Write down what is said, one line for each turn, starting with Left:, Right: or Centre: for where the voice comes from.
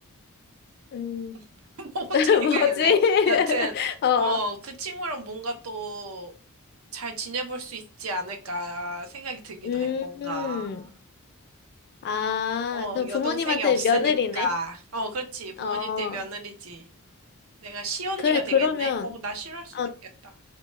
Left: 음,
Right: <laughs> 뭐
Left: <laughs>
Right: 어떻게 생각했네?
Left: 뭐지? <laughs>
Right: 여튼,
Left: 어,
Right: 어, 그 친구랑 뭔가 또 잘 지내볼 수 있지 않을까 생각이 들기도
Left: 음,
Right: 해, 뭔가.
Left: 아,
Right: 어,
Left: 그럼
Right: 여동생이
Left: 부모님한테
Right: 없으니까.
Left: 며느리네.
Right: 어, 그렇지. 부모님
Left: 어, 어.
Right: 댁 며느리지. 내가 시언니가
Left: 그래,
Right: 되겠네?
Left: 그러면.
Right: 어, 나 싫어할 수도
Left: 아.
Right: 있겠다.